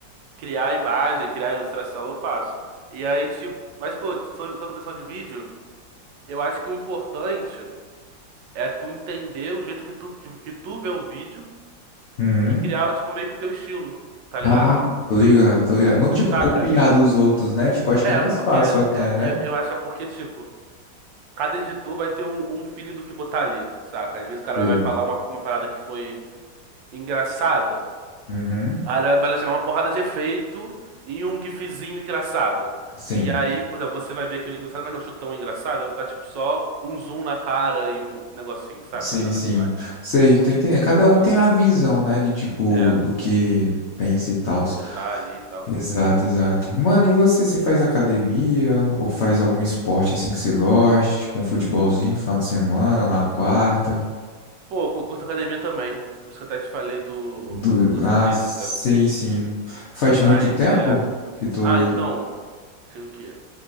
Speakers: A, on the right; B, on the left.
A: criar imagem, criar ilustração eu faço. E aí, tipo, mas pô, sobre, sobre edição de vídeo, eu acho que o importante é tu entender o jeito que tu, que, que tu vê o vídeo
B: Hum.
A: e criar, tipo, meio que o teu estilo, tá ligado?
B: Ah, tô ligado, tô ligado. Não, tipo,
A: Saca?
B: copiar dos outros, né? Tipo, acho
A: É,
B: que é mais
A: porque
B: fácil até,
A: é-
B: né?
A: é- eu acho que é porque, tipo, cada editor vai ter um, um feeling do que botar ali, saca? Às vezes o cara
B: Sei.
A: vai vai falar uma, uma parada que foi engraçada,
B: Uhum.
A: aí ele vai vai jogar uma porrada de efeito e um gifzinho engraçado.
B: Sim.
A: E aí, por exemplo, você vai ver aquilo engraçado, mas não achou tão engraçado, vai botar, tipo, só um zoom na cara e um negocinho, saca?
B: Sim,
A: Nada
B: sim.
A: demais,
B: Sei, tô entendendo. Cada um
A: saca?
B: tem a visão, né? De tipo,
A: É,
B: do que pensa e tal.
A: o que botar ali e tal.
B: Exato, exato. Mano, e você? Você faz academia? Ou faz algum esporte assim que você goste? Tipo um futebolzinho no final de semana ou na quarta?
A: Pô, eu curto academia também. Por isso que eu até te falei do
B: Do...
A: educação
B: Ah,
A: física.
B: sei, sim. Faz
A: Mas
B: muito tempo
A: é.
B: que tô.
A: Ah, então. Tinha o quê?